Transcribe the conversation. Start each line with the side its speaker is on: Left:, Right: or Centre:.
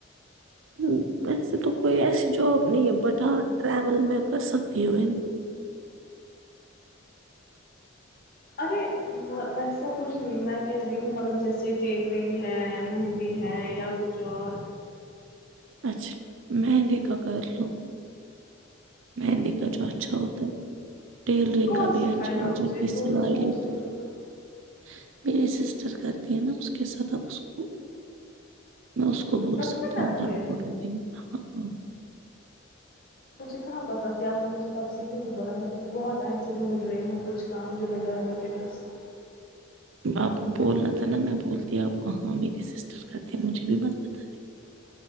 Right: ہ اسسے تو کوئی آے <unintelligible> جوب نہیں بٹ ہاں ٹریول میں کر سکتی ہو ا
Left: ارے ویسا کچھ نہیں میں کہہ رہی ہوں مطلب جیسے ٹیلرنگ ہے مہندی ہے یا کچھ اور
Right: اچھا مہندی کا کر لو مہندی کا جو اچھا ہوتا ہے ٹیلرنگ
Left: کون
Right: کا بھی
Left: سکھائے
Right: اچھا ہے
Left: گا
Right: آج
Left: مجھے
Right: اتنی
Left: وہ
Right: سلائی
Left: تو سوچ
Right: لیتے
Left: رہی
Right: ہیں
Left: ہوں نا
Right: میری سیسٹ جس کرتی ہیں نا اس کے ساتھ آپ اس کو <unintelligible> میں اس کو بول
Left: سچ
Right: سکتی
Left: میں کرتی
Right: ہوں کرو
Left: ہے
Right: ب <unintelligible>
Left: مجھے کہاں پتہ تھا اپ نے مجھے تب سے کیوں نہیں بولا مے بہت ٹائم سے ڈھونڈ رہی ہوں کچھ کام جو میں گھر بیٹھے کر سکوں
Right: آپ کو بولنا تھا ن میں بولتی آپ کو ہاں میرے سسٹر کرتے ہیں مجھے بھی مت پتا